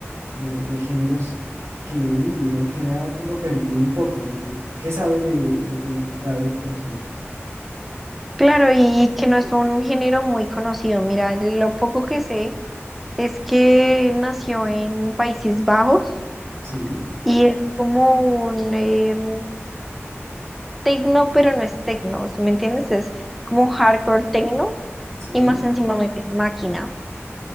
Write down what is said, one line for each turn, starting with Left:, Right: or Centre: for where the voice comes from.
Right: de- de géneros que, uy, uno queda como perdido un poco. ¿Tú qué sabes de, de- del gabber, por ejemplo?
Centre: claro, y que no es un género muy conocido. Mira, lo poco que sé es que nació en Países Bajos.
Right: Sí,
Centre: Y es como un, em, tecno, pero no es tecno, si me entiendes? Es como hardcore tecno
Right: sí.
Centre: y más encima mete máquina.